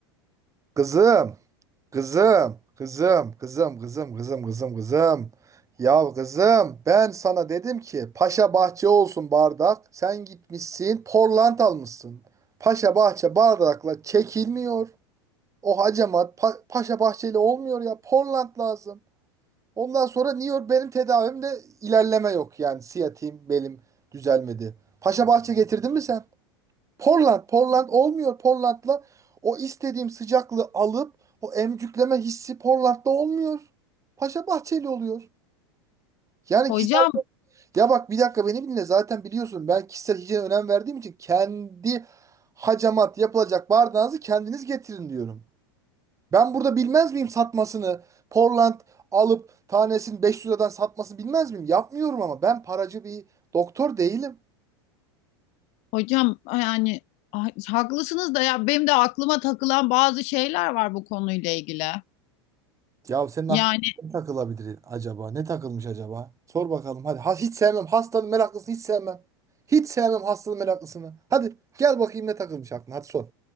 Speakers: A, on the right; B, on the left.
A: Kızım, kızım, kızım, kızım, kızım, kızım, kızım, kızım. Ya kızım, ben sana dedim ki Paşa Bahçe olsun bardak. Sen gitmişsin, Portland almışsın. Paşa Bahçe bardakla çekilmiyor. O hacamat Pa- Paşa bahçeyle olmuyor ya. Portland lazım. Ondan sonra niye o- benim tedavimde ilerleme yok yani. Siyatiğim belim düzelmedi. Paşa Bahçe getirdin mi sen? Portland, Portland olmuyor. Portland'la o istediğim sıcaklığı alıp o emcükleme hissi Portland'da olmuyor. Paşa Bahçeli oluyor. Yani
B: Hocam,
A: kişisel ya bak bir dakika beni dinle zaten biliyorsun ben kişisel hijyene önem verdiğim için kendi hacamat yapılacak bardağınızı kendiniz getirin diyorum. Ben burada bilmez miyim satmasını? Portland alıp tanesini 500 liradan satmasını bilmez miyim? Yapmıyorum ama ben paracı bir doktor değilim.
B: hocam yani ah, haklısınız da ya benim de aklıma takılan bazı şeyler var bu konuyla ilgili.
A: Ya senin
B: Yani
A: aklına ne takılabilir acaba? Ne takılmış acaba? Sor bakalım hadi. Ha, hiç sevmem. Hastanın meraklısını hiç sevmem. Hiç sevmem hastanın meraklısını. Hadi gel bakayım ne takılmış aklına. Hadi sor.